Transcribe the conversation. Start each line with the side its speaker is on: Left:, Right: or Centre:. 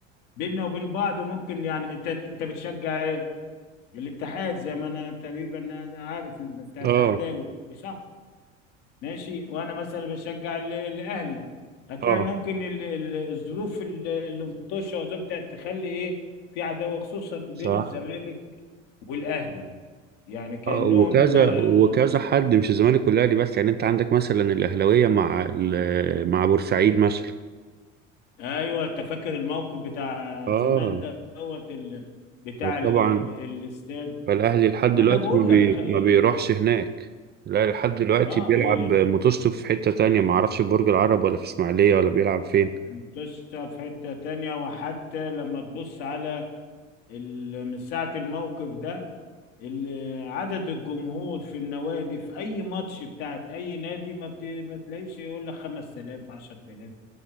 Left: بيننا وبين بعض ممكن يعني انت انت بتشجع ايه؟ الاتحاد زي ما انا تقريبا أنا عارف انت اتحداوي
Right: اه
Left: صح؟ ماشي وانا مثلا بشجع ال- الاهلي هتلاقي
Right: اه
Left: ممكن ال- ال- الظروف ال- اللي مطشه وظبطت تخلي ايه في عداوه خصوصا بين
Right: صح
Left: الزمالك والاهلي يعني كانهم
Right: آه وكذا
Left: آه
Right: وكذا حد مش الزمالك والاهلي بس يعني انت عندك مثلا الاهلاويه مع ال... مع بورسعيد مثلا
Left: ايوه أنت فاكر الموقف بتاع
Right: اه
Left: زمان دوت ال- بتاع ال-
Right: طبعا
Left: الاستاد
Right: فالاهلي لحد
Left: ما
Right: دلوقتي
Left: انا بقول
Right: ما, بي...
Left: لك خ- اه
Right: ما بيروحش هناك الاهلي لحد دلوقتي
Left: آه،
Right: بيلعب
Left: بي-
Right: ماتشته في حتة تانية ما اعرفش في برج العرب ولا في اسماعيلية ولا بيلعب فين
Left: مطشه في حته تانية وحتى لما تبص على ال- من ساعه الموقف ده ال- عدد الجمهور في النوادي في اي ماتش بتاعت اي نادي ما, بت... ما تلاقيش يقول لك 5000 10000